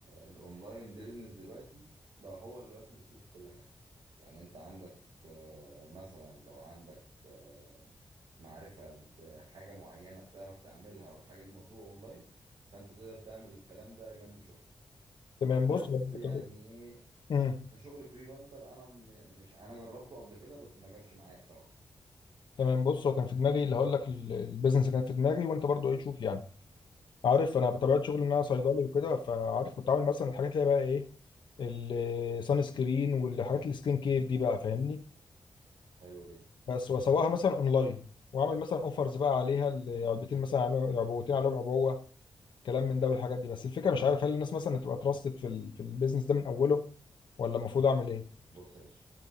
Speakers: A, on the right; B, on the left.
A: الاونلاين بيزنس دلوقتي بقى هو اللي واكل السوق في كل حاجه يعني انت عندك آه، مثلا لو عندك آه، معرفه بحاجه معينه بتعرف تعملها والحاجه دي مطلوبه اونلاين فانت تقدر تعمل الكلام ده جنب شغلك
B: تمام
A: بس
B: بص طب-
A: يعني إيه،
B: مم.
A: كشغل فريلانسر انا م- مش انا جربته قبل كده بس ما جابش معايا بصراحه
B: تمام بص هو كان في دماغي اللي هقول لك ال- البيزنس اللي كان في دماغي وانت برضو ايه شوف يعني عارف انا بطبيعه شغلي ان انا صيدلي
A: قول
B: وكده فعارف كنت عامل مثلا الحاجات اللي هي بقى ايه السان سكرين والحاجات السكين كير دي بقى فاهمني
A: حلو جدا
B: بس واسوقها مثلا اونلاين واعمل مثلا اوفرز بقى عليها ال- علبتين مثلا عليهم- العبوتين عليهم عبوه كلام من ده والحاجات دي بس الفكره مش عارف هل الناس مثلا هتبقى تراستد في ال- في البيزنس ده من اوله ولا المفروض اعمل ايه
A: بص يا باشا